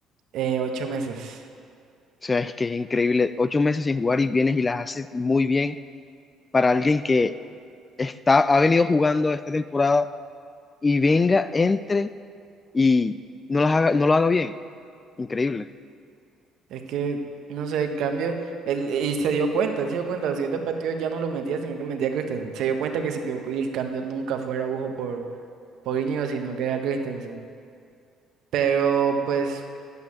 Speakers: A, on the right; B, on the left.
A: eh, ocho meses.
B: O sea, es que es increíble. Ocho meses sin jugar y vienes y las haces muy bien para alguien que está, ha venido jugando esta temporada y venga, entre y no las haga, no lo haga bien. Increíble.
A: Es que, no sé, el cambio. Él, y se dio cuenta, él se dio cuenta. Los siguientes partidos ya no lo metía, sino que metía a Christensen. Se dio cuenta que se equivocó y el cambio nunca fue a Araujo por, por Iñigo, sino que era Christensen. Pero, pues,